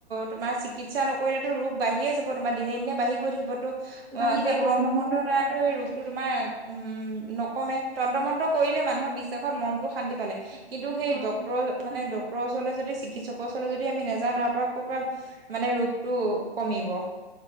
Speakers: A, on the right (about 60°); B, on the right (about 90°).
A: তোমাৰ চিকিৎসা নকৰিলেতো ৰোগ বাঢ়িয়ে যাব তোমাৰ দিনে দিনে বাঢ়ি থাকিবতো
B: বাঢ়ি
A: অ', সেই
B: যাব
A: তন্ত্ৰ মন্ত্ৰ দ্বাৰাতো সেই ৰুগ টো তোমাৰ উম নকমে তন্ত্ৰ মন্ত্ৰ কৰিলে মানুহৰ বিশ্বাসত মনটো শান্তি পালে কিন্তু সেই
B: হয়
A: ডক্টৰ মানে ডক্টৰ ওচৰলৈ যদি চিকিৎসকৰ ওচৰাললৈ যদি আমি নাযাওঁ তাৰ পৰা কৰ পৰা মানে ৰোগটো কমিব।